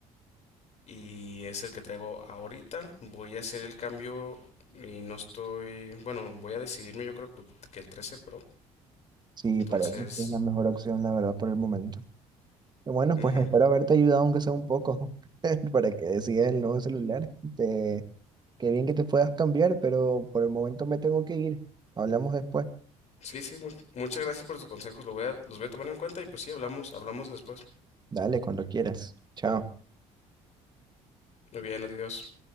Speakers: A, on the left; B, on the right.
A: Y es el que traigo ahorita. Voy a hacer el cambio y no estoy... Bueno, voy a decidirme yo creo que, que el 13 Pro.
B: sí,
A: Entonces...
B: parece que es la mejor opción, la verdad, por el momento. Bueno,
A: ujú.
B: pues espero haberte ayudado aunque sea un poco <laughs> para que decidas el nuevo celular. Te- Qué bien que te puedas cambiar, pero por el momento me tengo que ir. Hablamos después.
A: Sí, sí, mu- muchas gracias por tus consejos. Lo voy a, los voy a tomar en cuenta y pues sí, hablamos, hablamos después.
B: Dale, cuando quieras. Chao.
A: Muy bien, adiós.